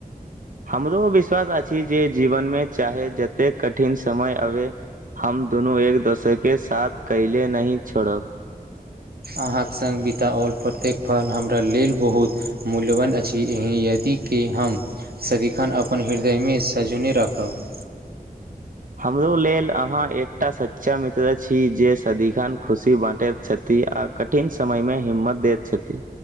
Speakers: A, on the right; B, on the right.
A: हमरो विश्वास अछि जे जीवनमे चाहे जतेक कठिन समय अबे। हम दुनू एक दोसरके साथ कैले नहि छोड़ब।
B: अहाक सङ्ग बिताओल प्रत्येक पल हमरा लेल बहुत मूल्यवान अछि एहि यदिक- की हम सदिखन अपन हृदयमे सजौने राखब।
A: हमरो लेल आहाँ एकटा सच्चा मित्र अछि जे सदिखन खुशी बाँटैत छथि आ। कठिन समय मे हिम्मत दैत छथि।